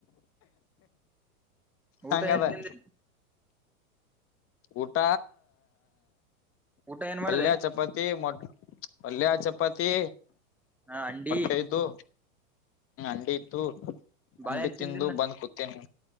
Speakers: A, on the left; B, in the centre.
A: ಹಂಗ
B: ಊಟ ಏನ್
A: ಬ
B: ತಿಂದಿ
A: ಊಟ
B: ಊಟ ಏನ್ ಮಾಡ್ದ
A: ಪಲ್ಯ ಚಪಾತಿ ಮೊಟ್ಟ ಅಲ್ಲಿಯ ಚಪಾತಿ
B: ಹ ಅಂಡಿ
A: ಮೊಟ್ಟೈದು ಅಂಡ ಇತ್ತು
B: ಬಾಳೆಹಣ್
A: ಅಟಿ ತಿಂದು
B: ತಿಂದಿಲ್ಲ
A: ಬಂದ್ ಕುೂತೀನಿ